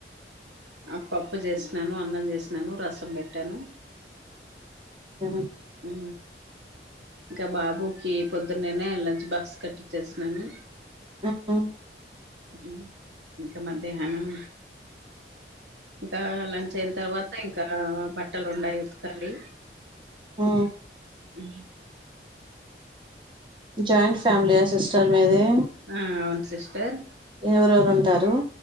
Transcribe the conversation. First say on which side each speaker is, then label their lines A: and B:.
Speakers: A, on the right; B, on the right.
A: ఆ పప్పు జేసినాను, అన్నం చేసినాను, రసం పెట్టాను
B: ఆహ
A: ఉ ఇంకా బాబుకి పొద్దున్నేనే లంచ్ బాక్స్ కట్టిచ్చేస్తున్నాను
B: ఆ హు
A: ఉ ఇంకా మధ్యాహ్నం ఇంకా లంచ్ అయిన తర్వాత ఇంకా బట్టలు ఉండాయ్ ఉతకలి
B: ఆ
A: ఉ
B: జాయింట్ ఫ్యామిలీయా సిస్టర్ మీది
A: ఆ అవును సిస్టర్
B: ఎవరెవరు ఉంటారు